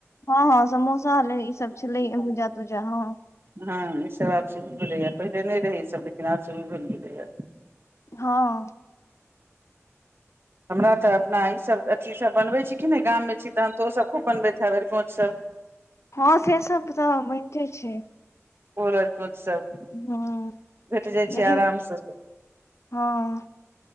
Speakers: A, on the left; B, on the right.
A: हँ हँ समोसा है ई सब छलै भूजा तूजा हँ
B: हँ इसब आब शुरू भेलैए पहिले नइ रहै ईसब लेकिन आब शुरू भेल गेलैए
A: हँ
B: हमरा तऽ अपना ईसब अथीसब बनबै छी कि नइ गाममे छी तहन तऽ ओसब खूब बनबैत हैब अरिकोंचसब
A: हँं से सब तऽ बनिते छै
B: ओल अरिकोंच सब
A: हँ
B: भेट जाइ छै
A: लेकिन
B: आराम से
A: हँ